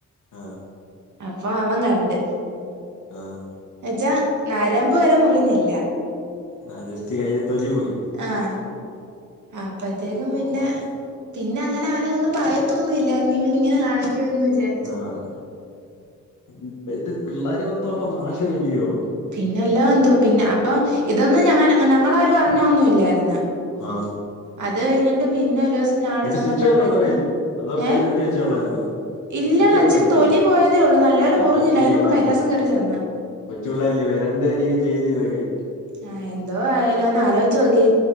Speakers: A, on the left; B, on the right.
A: ആഹ്.
B: അപ്പൊ അവൻ കണ്ട്.
A: ആഹ്.
B: എച്ചാ നരമ്പ് വരെ മുറിഞ്ഞില്ല.
A: ആ ജസ്റ്റ് കയ്യില് തൊലി പോയി.
B: ആഹ് അപ്പത്തേക്കും
A: കൊള്ളാം
B: പിന്നെ. പിന്നങ്ങനെ അവനെ ഒന്നും പറയത്തൊന്നു ഇല്ലായിരുന്നു ഇവൻ ഇങ്ങനെ കാണിക്കൂ എന്ന് വിചാ
A: ആഹ് ഇപ്പഴ്ത്തെ പിള്ളേര് മൊത്തം അപ്പ നാശവല്ലിയോ.
B: പിന്നെല്ലാ എന്തുവ പിന്നെ അപ്പം ഇതൊന്നും ഞങ്ങ ഞങ്ങാരും അറിഞ്ഞൊന്നും ഇല്ലായിരുന്ന്.
A: ആഹ്.
B: അത് കഴിഞ്ഞിട്ട് പിന്നെ ഒരു ദിവസം ഞാവടെ
A: എന്നിട്ട്
B: ചെന്നപ്പഴത്തെക്ക്ന്
A: സ്റ്റിച്ച് വല്ലോം ഉണ്ടോ കയ്യില് അതോ
B: ഏ.
A: കൈ കെട്ടി വെച്ചേ ഒള്ളായിരുന്നോ
B: ഇല്ലടാ
A: സ്റ്റിച്ച് വല്ലോം
B: ഇച്ചിരി
A: ഉണ്ടായിരുന്നോ
B: തൊലി പോയതേ ഒള്ളൂ നല്ല പോലെ
A: ആഹ് അപ്പൊ
B: മുറിഞ്ഞില്ല
A: ശരി
B: അയിന് മുമ്പ്
A: ആഹ്
B: കൈലാസം കെറി ചെന്ന്.
A: കൊച്ചു പിള്ളരില്ലേ വെരണ്ടായിരിക്കും ചെയ്യുന്നെ ഇതൊക്കെ.
B: ആഹ് എന്തോ ആയാലോ ഒന്ന് ആലോയിച്ചു നോക്കിയെ.